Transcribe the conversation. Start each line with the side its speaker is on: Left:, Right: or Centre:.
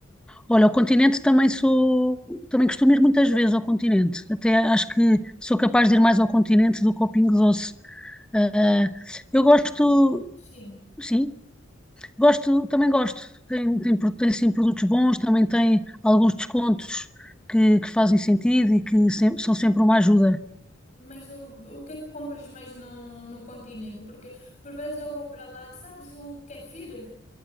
Centre: Olha, ao continente também sou, também costumo ir muitas vezes ao continente. Até acho que sou capaz de ir mais ao continente do que ao Pingo Doce. Ah, eu gosto,
Left: Sim.
Centre: sim, gosto, também gosto. Tem, tem, pro- tem sim produtos bons, também tem alguns descontos que, que fazem sentido e que sem- são sempre uma ajuda.
Left: Mas o, o que é que compras mais no, no continente? Porque por vezes eu vou para lá, sabes o kefir?